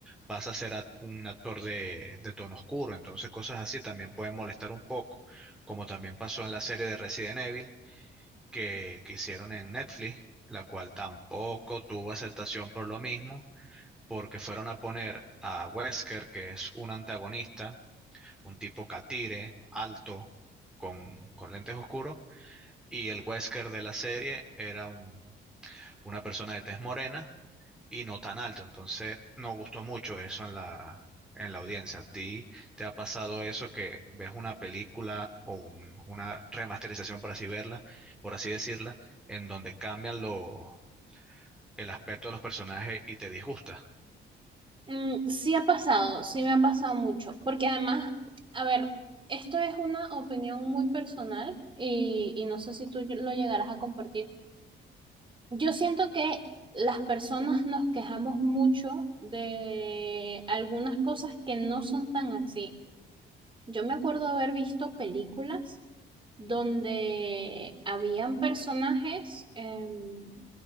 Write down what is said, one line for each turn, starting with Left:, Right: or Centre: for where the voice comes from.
Centre: pasa a ser act- un actor de, de tono oscuro. Entonces, cosas así también pueden molestar un poco, como también pasó en la serie de Resident Evil que, que hicieron en Netflix, la cual tampoco tuvo aceptación por lo mismo, porque fueron a poner a Wesker, que es un antagonista, un tipo catire, alto, con, con lentes oscuros. Y el Wesker de la serie era un, una persona de tez morena y no tan alto. Entonces, no gustó mucho eso en la, en la audiencia. ¿A ti te ha pasado eso que ves una película o un- una remasterización, por así verla, por así decirla, en donde cambian lo, el aspecto de los personajes y te disgusta?
Right: Mm, sí ha pasado, sí me ha pasado mucho, porque además, a ver, esto es una opinión muy personal y, y no sé si tú lo llegarás a compartir. Yo siento que las personas nos quejamos mucho de algunas cosas que no son tan así. Yo me acuerdo haber visto películas donde habían personajes em,